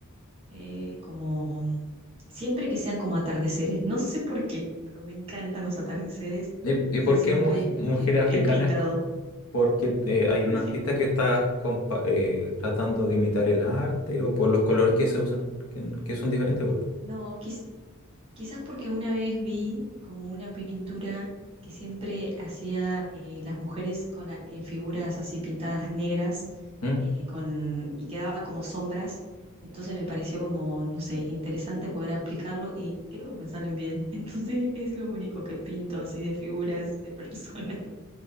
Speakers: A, on the right (about 30°); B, on the left (about 80°).
A: eh, como siempre que sean como atardeceres, no sé por qué, pero me encantan los atardeceres,
B: ¿Y,
A: entonces
B: y por
A: siempre
B: qué muj- mujer
A: que
B: africana
A: he pintado.
B: es porque eh, hay
A: <laughs>
B: un artista que está compa- eh, tratando de imitar el arte o por los colores que se usan, que, que son diferentes igual. po.
A: No, quiz- quizás porque una vez vi como una pintura que siempre hacía eh, las mujeres con la- en figuras así pintadas negras
B: ¿Mm?
A: eh, con, y quedaba como sombras. Entonces me pareció como, no sé, interesante poder aplicarlo y creo que me salen bien. <laughs> Entonces es lo único que pinto así de figuras de personas.